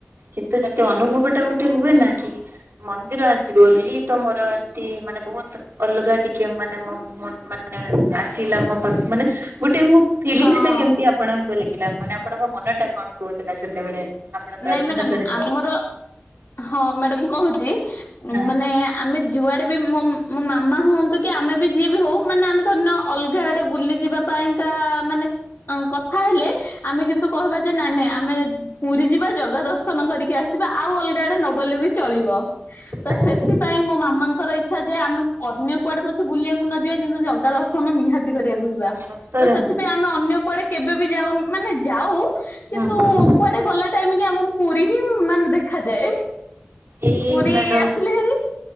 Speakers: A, on the right (about 85°); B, on the left (about 65°).
A: କିନ୍ତୁ ଯେମିତି ଅନୁଭବ ଟା ଗୋଟେ ହୁଏ ନା କି ମନ୍ଦିର ଆସିଲୁ ବୋଲି ତ ମୋର ଏମିତି ମାନେ ବହୁତ ଅଲଗା ଟିକେ ମାନେ ମୋ ମନ ମାନେ ଆସିଲା ମୋ ପାଖକୁ ମାନେ ଗୋଟେ ମୁଁ ଫିଲିଙ୍ଗ୍ସ
B: ହଁ
A: ଟା କେମିତି ଆପଣଙ୍କୁ ଲାଗିଲା ମାନେ ଆପଣଙ୍କ ମନ ଟା କଣ କହୁଥିଲା ସେତେବେଳେ? ଆପଣ ପ୍ରଥମ
B: ନାଇଁ ମ୍ୟାଡାମ୍
A: ଥର ଯାଇଥିଲେ?
B: ଆମର ହଁ ମ୍ୟାଡାମ୍ କହୁଚି
A: ହଁ
B: ମାନେ ଆମେ ଯୁଆଡେ ବି ମୋ ମୋ ମାମା ହୁଅନ୍ତୁ କି ଆମେ ଆ ବି ଯିଏ ବି ହଉ ମାନେ ଆମେ ଧରି ନିଅ ଅଲଗା ଆଡେ ବୁଲିଯିବା ପାଇଁକା ମାନେ କଥା ହେଲେ, ଆମେ କିନ୍ତୁ କହିବା ଯେ, ନାଇଁ ନାଇଁ ଆମେ ପୁରୀ ଯିବା ଜଗା ଦର୍ଶନ କରିକି ଆସ୍ ସିବା ଆଉ ଅଲଗା ଆଡେ ନଗଲେ ବି ଚଳିବ। ତ
A: ଆଜ୍ଞା
B: ସେଥିପାଇଁ ମୋ ମାମାଙ୍କର ଇଚ୍ଛା ଯେ ଆମେ ଅନ୍ୟ କୁଆଡେ ପଛେ ବୁଲିଆକୁ ନ ଯିବା କିନ୍ତୁ ଜଗା ଦର୍ଶନ ନିହାତି କରିବାକୁ ଯିବା
A: ସତରେ
B: ତ ସେଥିପାଇଁ
A: ମ୍ୟାମ୍
B: ଆମ୍ ଆମେ ଅନ୍ୟ କୁଆଡେ କେବେ ବି ଯାଉନ ମାନେ ଯାଉ କିନ୍ତୁ
A: ହୁଁ ହୁଁ।
B: କୁଆଡେ ଗଲା ଟାଇମ୍ କି ଆମକୁ ପୁରୀ ହିଁ ମାନେ ଦେଖାଯାଏ।
A: ଏଇ
B: ପୁରୀ
A: ମ୍ୟାଡାମ
B: ଆସିଲେ ହେରି